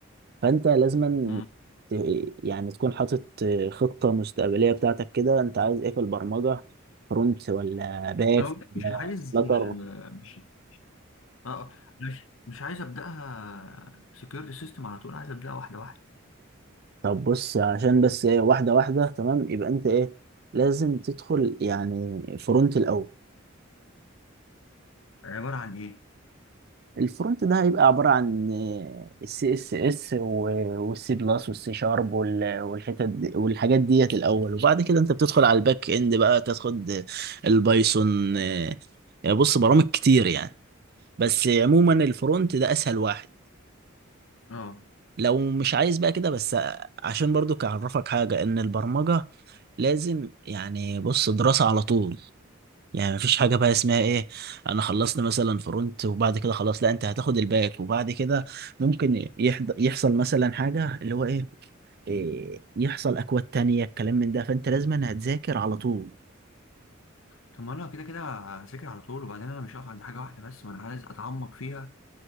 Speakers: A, on the right; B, on the left.
A: فانت لازما
B: مم.
A: ت- يعني تكون حاطط خطة مستقبلية بتاعتك كده انت عايز ايه في البرمجة فرونت ولا باك
B: أنا والله
A: ولا
B: مش عايز
A: فلاتر
B: مش اه اه مش مش عايز ابداها سكيورتي سيستم على طول عايز ابداها واحده واحده
A: طب بص عشان بس إيه، واحدة واحدة تمام يبقى انت ايه لازم تدخل يعني فرونت الاول
B: عباره عن ايه
A: الفرونت ده هيبقى عبارة عن السي اس اس والسي بلس والسي شارب والحتت دي- والحاجات ديت الاول وبعد كده انت بتدخل على الباك اند بقى تاخد البايثون آه، بص برامج كتير يعني بس عموما الفرونت ده اسهل واحد
B: اه
A: لو مش عايز بقى كده بس عشان برضو اعرفك حاجه ان البرمجه لازم يعني بص دراسه على طول يعني مفيش حاجه بقى اسمها ايه انا خلصت مثلا فرونت وبعد كده خلاص لا انت هتاخد الباك وبعد كده ممكن يحض... يحصل مثلا حاجه اللي هو ايه, إيه يحصل اكواد تانية الكلام من ده فانت لازم هتذاكر على طول
B: طب ما انا كده كده هذاكر على طول وبعدين انا مش هقف عند حاجه واحده بس ما انا عايز اتعمق فيها